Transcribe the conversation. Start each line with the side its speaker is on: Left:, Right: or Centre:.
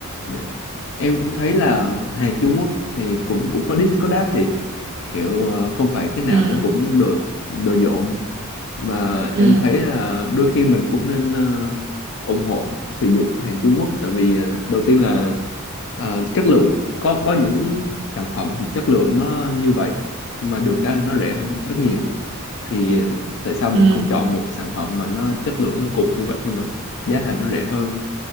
Left: Dạ. Em cũng thấy là hàng Trung Quốc thì cũng cũng có Discord thì kiểu ờ, không phải cái nào
Right: ừ
Left: nó cũng đồ đồ dộm mà
Right: ừ
Left: em thấy là đôi khi mình cũng nên ờ, ủng hộ sử dụng hàng Trung Quốc tại vì ờ, đầu tiên là ờ, chất lượng có có những sản phẩm thì chất lượng nó như vậy nhưng mà được cái là nó rẻ hơn rất nhiều thì tại sao mình
Right: ừ
Left: không chọn một sản phẩm mà nó chất lượng nó cùng như vậy nhưng mà giá thành nó rẻ hơn